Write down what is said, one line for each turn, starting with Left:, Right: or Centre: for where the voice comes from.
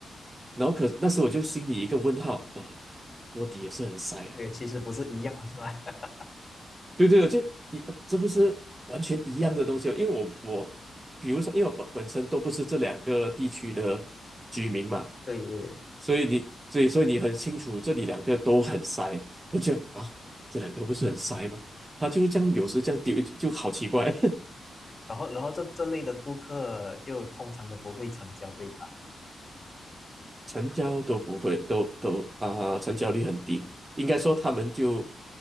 Right: 然后可那时我就心里一个问号，呃，波迪也是很塞啊。
Left: 对，其实不是一样的是吧？<laughs>
Right: 对对，我就一呃这不是完全一样的东西哦，因为我我比如说，因为我本本身都不是这两个地区的居民嘛，
Left: 对对对，
Right: 所以你对，所以你很清楚这里两个都很塞。我觉得啊，这两个不是很塞吗？他就是这样，有时这样丢就就好奇怪，
Left: 然后然后这这类的顾客就通常都不会成交，对吧？
Right: <laughs> 成交都不会，都都啊、成交率很低。应该说他们就。